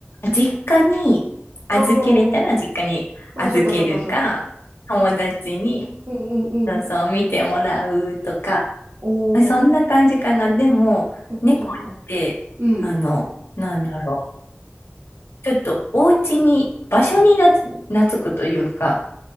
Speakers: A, on the left (about 80°); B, on the right (about 75°).
A: 実家に預けれたら実家に預けるか、
B: ああ、あ、そっかそっかそっか。
A: 友達に、
B: うんうんうん。
A: そうそう、見てもらうとか、
B: おお、
A: あそんな感じかな。でも、
B: そっかそっか。
A: 猫って、
B: うん。
A: あの、なんだろう。ちょっとお家に、場所になつ、懐くというか、